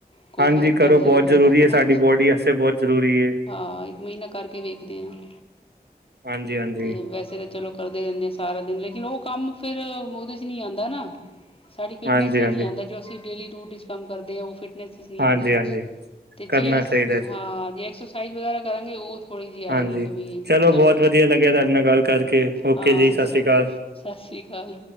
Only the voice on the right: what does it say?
ਹਾਂਜੀ
ਕਰੋ
ਬਹੁਤ
ਜ਼ਰੂਰੀ
ਹੈ ਸਾਡੀ ਬੋਡੀ ਵਾਸਤੇ ਬਹੁਤ ਜ਼ਰੂਰੀ ਹੈ
ਹਾਂਜੀ ਹਾਂਜੀ।
ਹਾਂਜੀ-ਹਾਂਜੀ,
ਹਾਂਜੀ-ਹਾਂਜੀ
ਕਰਨਾ
ਚਾਹੀਦਾ ਜੀ,
ਹਾਂਜੀ
ਬਹੁਤ ਵਧੀਆ ਲੱਗਿਆ ਤੁਹਾਡੇ ਨਾਲ ਗੱਲ ਕਰਕੇ ਓਕੇ
ਜੀ ਸਤਿ
ਸ਼੍ਰੀ ਅਕਾਲ।